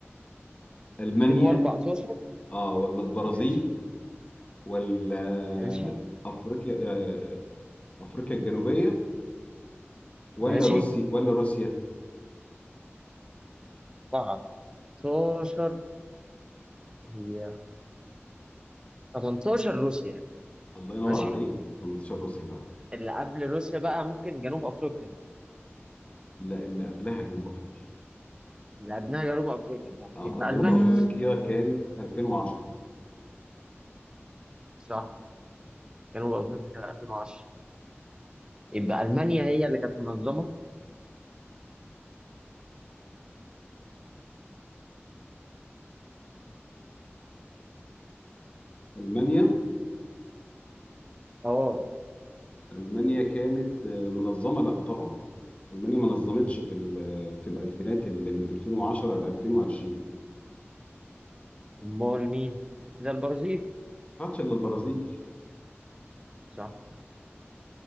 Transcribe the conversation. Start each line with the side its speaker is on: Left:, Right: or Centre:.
Left: ألمانيا
Right: 2014
Left: اه ولا البرازيل
Right: ماشي
Left: ولا
Right: ماشي
Left: افريقيا آه افريقيا الجنوبية ولا
Right: ماشي
Left: روسيا ولا روسيا
Right: 2014 هي 18 روسيا
Left: الله ينور
Right: ماشي
Left: عليك 18 روسيا فعلا
Right: اللي قبل روسيا بقى ممكن جنوب افريقيا
Left: لا اللي قبلها جنوب افريقيا
Right: اللي قبلها جنوب افريقيا صح
Left: اه
Right: يبقى
Left: آه، جنوب
Right: المانيا
Left: امم افريقيا كانت 2010
Right: صح جنوب افريقيا كانت 2010 يبقى المانيا هي اللي كانت منظمه
Left: ألمانيا
Right: اه
Left: ألمانيا كانت آه، منظمة لا طبعا ألمانيا ما نظمتش في ال- في الألفينات اللي من 2010 ل 2020
Right: امال مين كده البرازيل
Left: ما عادش إلا البرازيل
Right: صح